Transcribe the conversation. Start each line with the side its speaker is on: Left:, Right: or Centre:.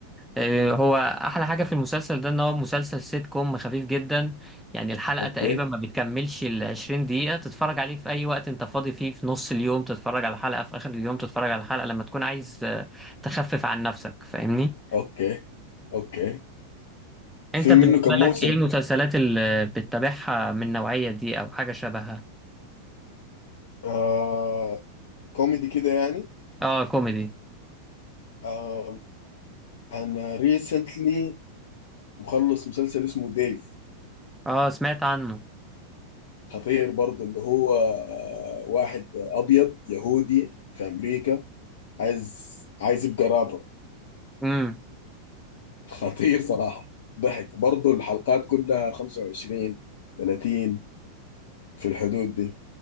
Centre: آه، هو احلى حاجه في المسلسل ده ان هو مسلسل سيت كوم خفيف جدا يعني الحلقه
Left: اوكي
Centre: تقريبا ما بتكملش ال 20 دقيقه تتفرج عليه في اي وقت انت فاضي فيه في نص اليوم تتفرج على حلقه في اخر اليوم تتفرج على حلقه لما تكون عايز آه، تخفف عن نفسك فاهمني
Left: اوكي اوكي في
Centre: انت بالنسبه
Left: منه كم موسم
Centre: لك ايه المسلسلات اللي بتتابعها من النوعيه دي او حاجه شبهها
Left: آه كوميدي كده يعني
Centre: اه كوميدي
Left: آه انا ريسنتلي مخلص مسلسل اسمه ديف
Centre: اه سمعت عنه
Left: خطير برضه اللي هو آه واحد ابيض يهودي في امريكا عايز عايز يبقى رابر
Centre: امم
Left: خطير صراحة ضحك برضو الحلقات كلها 25 30 في الحدود دي